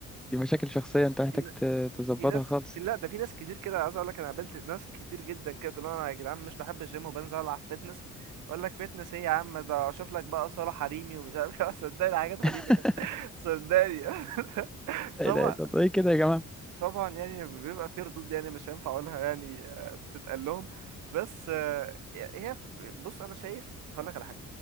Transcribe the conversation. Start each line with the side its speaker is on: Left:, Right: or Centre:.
Centre: دي مشاكل شخصية انت محتاج
Right: في ن-
Centre: ت- تظبطها
Right: في ناس
Centre: خالص
Right: في لا ده في ناس كتير كده عايز أقول لك أنا قابلت ناس كتير جدا كده تقول لهم أنا يا جدعان مش بحب الجيم وبنزل ألعب فيتنس يقول لك فيتنس إيه يا عم ده أشوف لك بقى صالة حريمي ومش عارف إيه <laughs> صدقني حاجات غريبة
Centre: <laughs>
Right: كده <laughs> صدقني <laughs>
Centre: لا
Right: طبعا
Centre: اله الا الله ايه كده يا جماعة
Right: طبعا يعني بيبقى في ردود يعني مش هينفع اقولها يعني آه، بتتقال لهم بس آه، هي ف- بص انا شايف هقول لك على حاجه